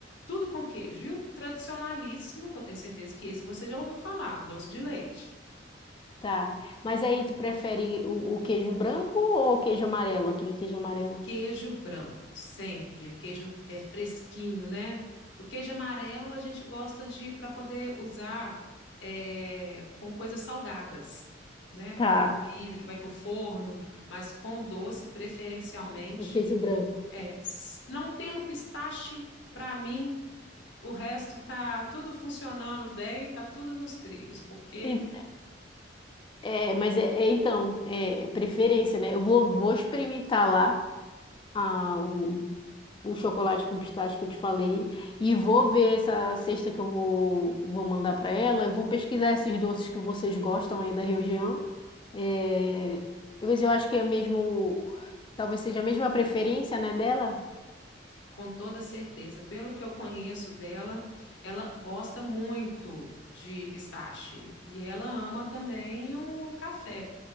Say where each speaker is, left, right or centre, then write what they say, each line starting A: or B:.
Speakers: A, on the left (about 70°); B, on the left (about 25°).
A: tudo com queijo. E o tradicionalíssimo, que eu tenho certeza que esse você já ouviu falar, doce de leite.
B: tá. Mas aí tu prefere o, o queijo branco ou o queijo amarelo? Aquele queijo amarelo.
A: Queijo branco, sempre. O queijo é fresquinho, né? O queijo amarelo a gente gosta de para poder usar é, com coisas salgadas, né? Com
B: Tá.
A: comida que vai para o forno, mas com doce preferencialmente.
B: O queijo branco.
A: É, s- não tendo pistache, para mim, o resto tá tudo funcionando bem, tá tudo nos trilhos, porque
B: E- é, mas é, é, então, é preferência, né? Eu vou, vou experimentar lá a, o, o chocolate com pistache que eu te falei e vou ver essa cesta que eu vou, vou mandar para ela. Eu vou pesquisar esses doces que vocês gostam aí da região. É, mas eu acho que é mesmo, talvez seja a mesma preferência, né, dela.
A: com toda certeza. Pelo que eu conheço dela, ela gosta muito de pistache e ela ama também o café.